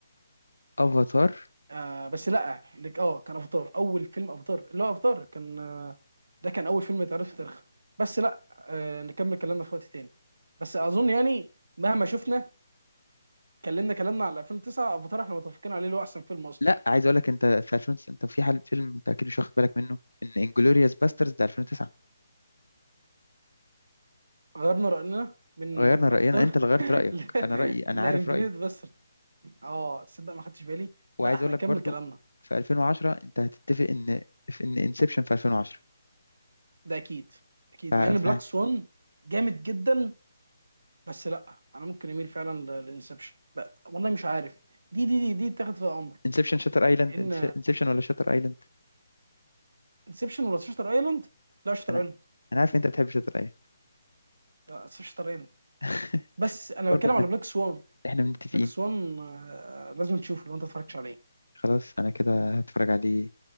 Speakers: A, on the left; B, on the right.
A: افاتار
B: آه بس لا لك- اه كان افاتار اول فيلم افاتار لا افاتار كان آه، ده كان اول فيلم اتعرض في تاريخها بس لا آه نكمل كلامنا في وقت تاني بس اظن يعني مهما شفنا كلمنا كلامنا على 2009 افاتار احنا متفقين عليه اللي هو احسن فيلم اصلا
A: لا عايز اقول لك انت في 2009 انت في حال فيلم انت اكيد مش واخد بالك منه ان انجلوريوس باسترز ده 2009
B: غيرنا راينا من
A: غيرنا
B: آه، من
A: راينا
B: افاتار
A: انت اللي غيرت
B: <laughs>
A: رايك
B: ل-
A: انا رايي انا
B: لانجريد
A: عارف رايي
B: بس اه تصدق ما خدتش بالي
A: وعايز
B: لا احنا
A: اقول
B: هنكمل
A: لك برضو
B: كلامنا
A: في 2010 انت هتتفق ان في ان انسبشن في 2010
B: ده اكيد اكيد
A: ف...
B: مع ان
A: ف...
B: بلاك سوان جامد جدا بس لا انا ممكن اميل فعلا لانسبشن والله مش عارف دي دي دي دي تاخد فيها امر
A: انسبشن شاتر ايلاند
B: ان
A: انسبشن ولا شاتر ايلاند
B: انسبشن ولا شاتر ايلاند لا شاتر
A: انا
B: ايلاند
A: انا عارف إن انت بتحب شاتر ايلاند
B: لا شاتر ايلاند
A: <laughs>
B: بس انا
A: برضه
B: بتكلم
A: احنا
B: على بلاك سوان
A: احنا متفقين
B: بلاك سوان آه، لازم تشوفه لو انت اتفرجتش عليه
A: خلاص انا كده هتفرج عليه